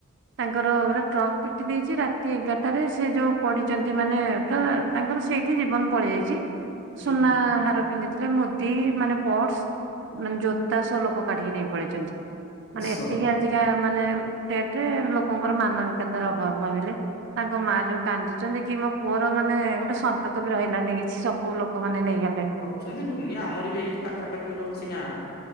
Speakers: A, on the right; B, on the left.
A: ତାଙ୍କର ଗୋଟେ ଟ୍ରକ୍ ପିଟି ଦେଇଚି ରାତି ଏଗାରଟାରେ ସେ ଯୋଉ ପଡିଛନ୍ତି ମାନେ ପୁରା। ତାଙ୍କର ସେଇଠି ଜୀବନ ପଳେଇ ଯାଇଚି
B: ହୁଁ
A: ସୁନା ହାର ପିନ୍ଧିଥିଲେ ମୁଦି ମାନେ ପର୍ସ ମାନେ ଜୋତା ସହ ଲୋକ କାଢିକି ନେଇ ପଳେଇଛନ୍ତି ମାନେ
B: ଶଳା
A: ଏତିକି ଆଜିକା ମାନେ ଡେଟରେ ଲୋକଙ୍କର ମାନବିକତାର ଅଭାବ ଭାବିଲେ ତାଙ୍କ ମା ଯୋଉ କାନ୍ଦୁ ଛନ୍ତି କି ମୋ ପୁଅର ମାନେ ଗୋଟେ ସନ୍ତକବି ରହିଲାନି କିଛି ସବୁ ଲୋକ ମାନେ ନେଇଗଲେ।
B: ଛନ୍ତି ଦୁନିଆ ଆମର ବି ଏଇଠି ପାଖାପାଖି ଗୋଟେ ଅଛି ଗାଁ